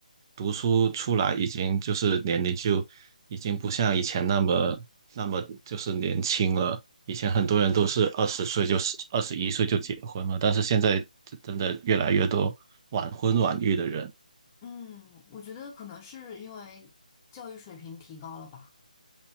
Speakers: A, on the right; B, on the left.
A: 读书出来已经就是年龄就已经不像以前那么那么就是年轻了。以前很多人都是二十岁就是二十一岁就结婚了，但是现在真的越来越多晚婚晚育的人，
B: 嗯，我觉得可能是因为教育水平提高了吧。